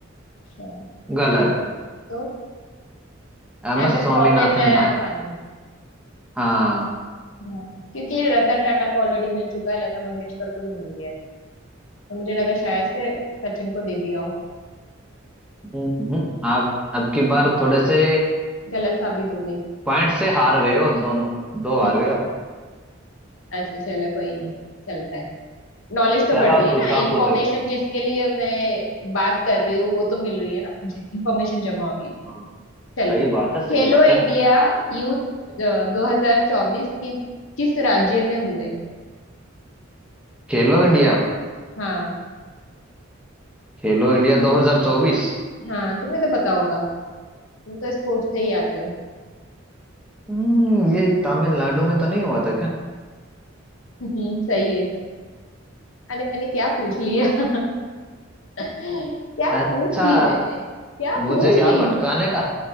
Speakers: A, on the left; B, in the centre.
A: शायद।
B: गलत
A: तो
B: एम
A: एम
B: एस
A: एस
B: स्वामीनाथन
A: स्वामीनाथन
B: था हाँ
A: हाँ, क्योंकि रतन टाटा को ऑलरेडी मिल चुका है लता मंगेशकर को भी मिल गया है तो मुझे लगा शायद से सचिन को दे दिया हो
B: हम्म, आप अब की बार थोड़े से
A: गलत साबित हो गई
B: पॉइंट से हार गए हो दोनों दो हार
A: <laughs>
B: गए आप
A: अच्छा चलो कोई नहीं चलता है नॉलेज तो
B: चलो
A: बढ़
B: आप
A: रही है
B: पूछो
A: ना
B: आप
A: इंफॉर्मेशन
B: पूछ रहे थे
A: जिसके लिए मैं बात कर रही हूँ वो तो मिल रही है ना मुझे इंफॉर्मेशन जमा हो रही है
B: हाँ
A: चलो
B: सही बात है सही
A: खेलो
B: बात
A: इंडिया
B: है
A: यूथ 2024 किस किस राज्य में हुए
B: खेलो इंडिया
A: हाँ
B: खेलो इंडिया 2024
A: हाँ तुम्हें तो पता होगा तुम तो स्पोर्ट्स से ही आते हो
B: हम्म ये तमिलनाडु में तो नहीं हुआ था क्या
A: <laughs> सही है अरे मैंने क्या पूछ लिया <laughs> क्या
B: अच्छा
A: पूछ ली मैंने क्या
B: मुझे
A: पूछ
B: ही
A: ली
B: आप अटकाने का